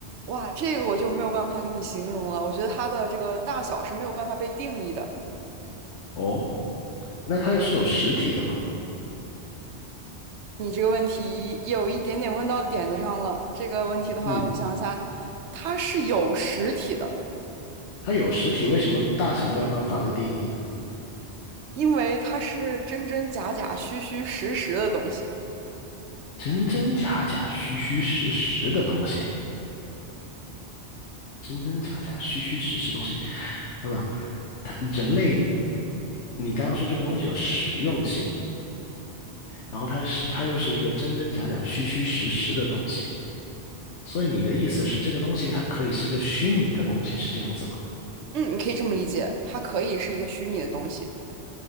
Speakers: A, on the right; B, on the left.
A: 哇，这个我就没有办法给你形容了。我觉得它的这个大小是没有办法被定义的。
B: 哦，那它又是有实体的吗？
A: 你这个问题有一点点问到点子上了。这个问题的话，
B: 嗯，
A: 我想一下，它是有实体的，
B: 它有实体，为什么大小没有办法的定义呢？
A: 因为它是真真假假、虚虚实实的东西。
B: 真真假假、虚虚实实的东西，真真假假、虚虚实实的东西，那么它人类，你刚刚说这个东西有实用性，然后它是它又是一个真真假假、虚虚实实的东西，所以你的意思是这个东西它可以是一个虚拟的东西，是这样子吗？
A: 嗯，你可以这么理解，它可以是一个虚拟的东西，